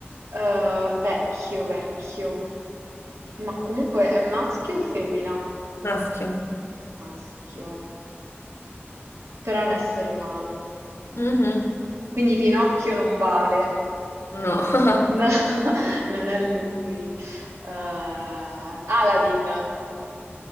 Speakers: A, on the right; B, on the left.
A: Uhm, vecchio, vecchio. Ma comunque è maschio o femmina?
B: Maschio.
A: Maschio. Però è un essere umano.
B: Mhm.
A: Quindi Pinocchio non vale.
B: No.
A: No,
B: <laughs>
A: <laughs> non è lui. Uhm, Aladdin.